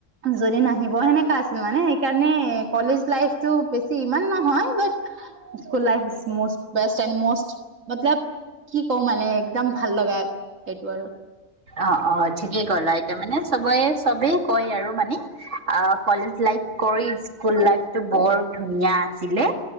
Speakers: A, on the right; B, on the right.
A: যদি নাহিব সেনেকা আছিল মানে। সেইকাৰণে কলেজ লাইফটো বেছি ইমান নহয় but- school life is most best and most মতলব- কি কওঁ মানে একদম ভাল লগা এইটো আৰু।
B: অ অ ঠিকেই ক'লা এতিয়া মানে চবে চবেই কয় আৰু মানে। আ- কলেজ লাইফ কৰি স্কুল লাইফ টো বৰ ধুনীয়া আছিলে।